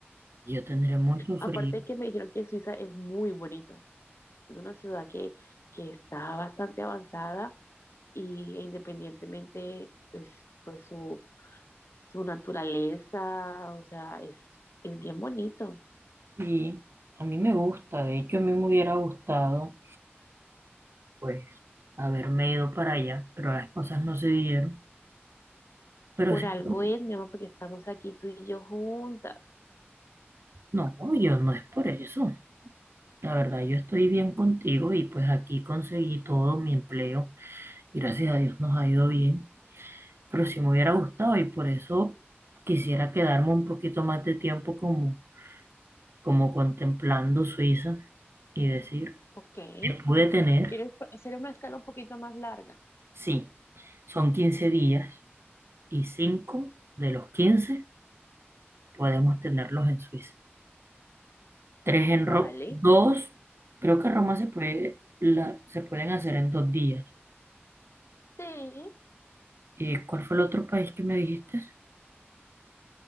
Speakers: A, on the right (about 65°); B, on the left (about 80°).
A: yo tendré mucho
B: Aparte
A: frío.
B: de que me dijeron que Suiza es muy bonito. Es una ciudad que, que está bastante avanzada y e independientemente es, pues su, su naturaleza, o sea, es, es bien bonito.
A: Y a mí me gusta, de hecho a mí me hubiera gustado, pues, haberme ido para allá, pero las cosas no se dieron. Pero
B: Por
A: sí,
B: algo
A: me
B: es, mi amor, porque estamos aquí tú y yo juntas.
A: no, yo no es por eso. La verdad, yo estoy bien contigo y pues aquí conseguí todo mi empleo. Gracias a Dios nos ha ido bien. pero sí me hubiera gustado y por eso quisiera quedarme un poquito más de tiempo como, como contemplando Suiza y decir,
B: Ok.
A: me pude tener,
B: ¿Quieres pa- hacer una escala un poquito más larga?
A: sí, son 15 días y 5 de los 15 podemos tenerlos en Suiza. Tres en
B: Vale.
A: Roma, dos, creo que Roma se puede, la, se pueden hacer en dos días.
B: Sí.
A: ¿Y cuál fue el otro país que me dijiste?